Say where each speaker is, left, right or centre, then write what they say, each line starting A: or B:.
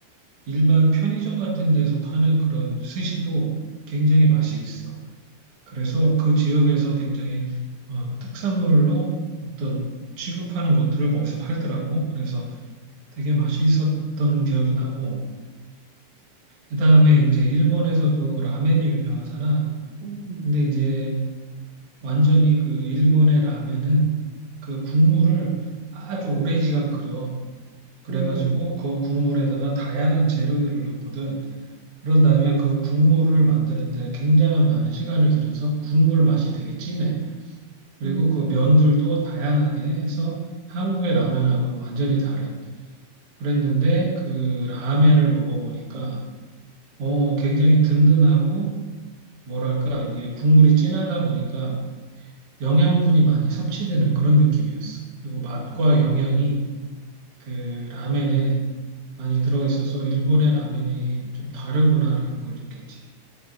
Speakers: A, on the right; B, on the right.
A: 일반 편의점 같은 데서 파는 그런 스시도 굉장히 맛이 있어. 그래서 그 지역에서 굉장히 어, 특산물로 어떤 취급하는 것들을 거기서 팔더라고. 그래서 되게 맛있었던 기억이 나고, 그다음에 이제 일본에서도 라멘이 유명하잖아.
B: 음,
A: 근데 이제 완전히 그 일본의 라멘은 그 국물을 아주 오랜 시간 끓여. 그래가지고
B: 음,
A: 그 국물에다가 다양한 재료들을 넣거든. 그런 다음에 그 국물을 만드는데 굉장한 많은 시간을 들여서 국물 맛이 되게 진해. 그리고
B: 음.
A: 그 면들도 다양하게 해서 한국의 라면하고는 완전히 다른 그랬는데 그 라멘을 먹어보니까 어 굉장히 든든하고 뭐랄까 이게 국물이 진하다 보니까 영양분이 많이 섭취되는 그런 느낌이었어. 그리고 맛과 영양이 그 라멘에 많이 들어있어서 일본의 라멘이 좀 다르구나라는 걸 느꼈지.